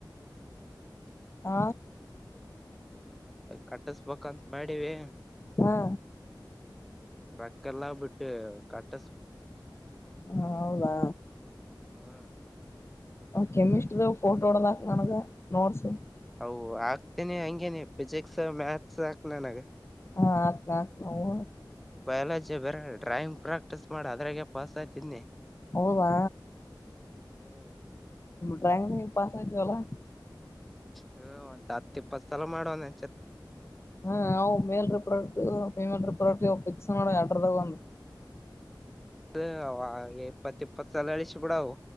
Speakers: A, on the left; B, in the centre.
A: ಆ
B: ಕಟ್ಟಸಬೋಕ್ ಅಂತ್ ಮಾಡಿವಿ.
A: ಹಾ
B: ರಕ್ಕಿಲ್ಲ ಬಿಟ್ಟಿವು ಕಟ್.
A: ಹಾ ಹೌದಾ.
B: ಹ್ಮ್
A: ಆ ಕೆಮಿಸ್ಟ್ರ ಫೋಟೋ ಹೊಡದಕ್ ನನಗ ನೋಟ್ಸ್.
B: ಅವು ಆಗ್ತೇನೀ ಹಂಗೇ ನೀವ್ ಫಿಸಿಕ್ಸ್ ಮ್ಯಾಥ್ಸ್ ಹಾಕ ನನಗೆ
A: ಹಾ ಹಾಕ್ತಾ ಹಾಕ್ತೀನಿ ನಾವು
B: ಬಯೋಲಜಿ ಬೇರ ಡ್ರಾಯಿಂಗ್ ಪ್ರಾಕ್ಟೀಸ್ ಮಾಡ ಅದ್ರಾಗೆ ಪಾಸ್ ಆಯ್ತಿನಿ.
A: ಹೌದಾ
B: ಹ್ಮ್
A: ಡ್ರಾಯಿಂಗ ನಗ ಪಾಸ ಆಯತಿ ಅಲಾ
B: ಹ್ಮ ಒಂದ ಹತ್ತು ಇಪ್ಪತ್ತು ಸಲ ಮಾಡೋವನೇ
A: ಹಾ ಅವು ಮೇಲ್ರ ಪ್ರಾಡಕ್ಟ್ ಪೇಮೆಂಕ್ಟ್ ಪರ್ಮನೆಂಟ್ ಫಿಕ್ಸ್ ಮಾಡೋ ಎರಡರಲ್ಲಿ ಒಂದು
B: ಹ ಅವ ಇಪ್ಪತ್ ಇಪ್ಪತ್ ಸಲ ಹೇಳಿಸ್ ಬಿಡವು